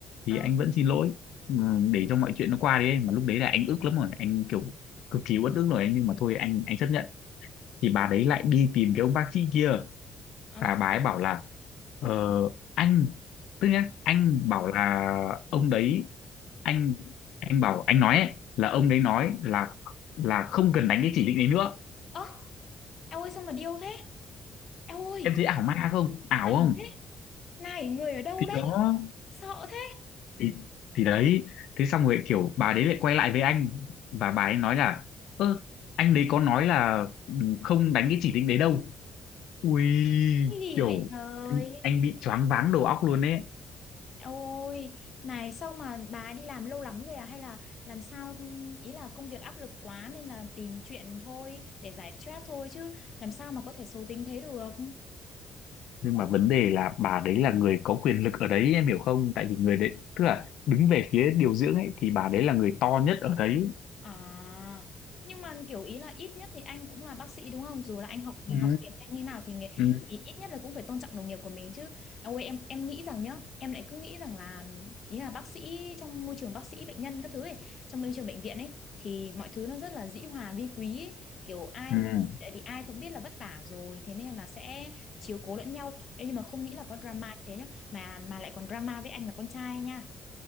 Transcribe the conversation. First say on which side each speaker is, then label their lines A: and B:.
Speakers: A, on the left (about 55°); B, on the left (about 80°).
A: ờ
B: thì anh vẫn xin lỗi ừ, để cho mọi chuyện nó qua đi ấy. mà lúc đấy là anh ức lắm rồi anh kiểu cực kỳ uất ức rồi anh nhưng mà thôi anh anh chấp nhận thì bà đấy lại đi tìm cái ông bác sĩ kia
A: ờ
B: và bà ấy bảo là ờ, anh tức nhá anh bảo là ông đấy anh anh bảo anh nói ấy, là ông đấy nói là là không cần đánh cái chỉ định đấy nữa
A: ơ eo ơi sao mà điêu thế eo ơi
B: em thấy ảo ma không ảo
A: ảnh
B: không
A: thế này người ở đâu
B: thì
A: đấy
B: đó
A: sợ thế
B: thì thì đấy thế xong rồi kiểu bà đấy lại quay lại với anh và bà ấy nói là ơ anh đấy có nói là ừ, không đánh cái chỉ định đấy đâu ui
A: cái gì
B: kiểu
A: vậy trời
B: anh, anh bị choáng váng đầu óc luôn ấy
A: Ôi, này sao mà bà đi làm lâu lắm rồi à? Hay là làm sao, ừm, ý là công việc áp lực quá nên là tìm chuyện thôi để giải stress thôi chứ làm sao mà có thể xấu tính thế được?
B: nhưng mà vấn đề là bà đấy là người có quyền lực ở đấy em hiểu không tại vì người đấy tức là đứng về phía điều dưỡng ấy thì bà đấy là người to nhất ở đấy
A: À, nhưng mà kiểu ý là ít nhất thì anh cũng là bác sĩ đúng không? Dù là anh học
B: ừ
A: học tiếng hay như nào thì, nghề-
B: ừ
A: thì ít nhất là cũng phải tôn trọng đồng nghiệp của mình chứ. Ôi em em nghĩ rằng nhá, em lại cứ nghĩ rằng là ý là bác sĩ trong môi trường bác sĩ bệnh nhân các thứ ấy, trong môi trường bệnh viện ấy thì mọi thứ nó rất là dĩ hòa vi quý ấy. Kiểu ai
B: ừ
A: tại vì ai cũng biết là vất vả rồi thế nên là sẽ chiếu cố lẫn nhau. Ê, nhưng mà không nghĩ là có drama như thế nhá, mà mà lại còn drama với anh là con trai nha.